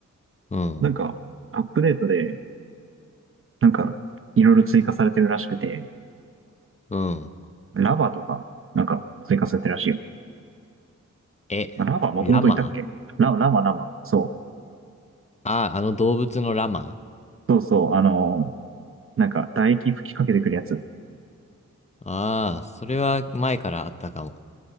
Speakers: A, on the left; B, on the right.
A: うん、
B: なんかアップデートで、なんかいろいろ追加されてるらしくて、
A: うん。
B: ラバとか、なんか追加されてるらしいよ。
A: え、
B: まあラバもともといたっけラ、
A: ラマ
B: ラバ、ラバ。そう。
A: ああ、あの動物のラマ
B: そうそう、あのーなんか唾液吹きかけてくるやつ。
A: ああ、それは前からあったかも。